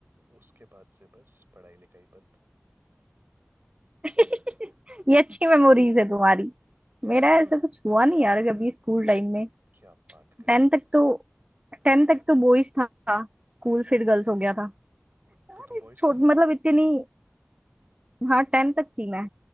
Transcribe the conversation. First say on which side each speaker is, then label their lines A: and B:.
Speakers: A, on the right; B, on the right.
A: उसके बाद से बस पढ़ाई लिखाई बंद
B: <laughs> ये अच्छी मेमोरीज है तुम्हारी
A: हाँ
B: मेरा
A: हाँ,
B: ऐसा कुछ हुआ नहीं यार कभी स्कूल टाइम में
A: क्या आप बात कर
B: टेन
A: रहे हो
B: तक तो टेन तक तो बॉयज था स्कूल
A: हम्म
B: फिर गर्ल्स हो गया था
A: हम्म,
B: अरे
A: तो तुम बॉय स्कूल
B: छोट
A: में
B: मतलब
A: थी
B: इतनी हाँ टेन तक थी मैं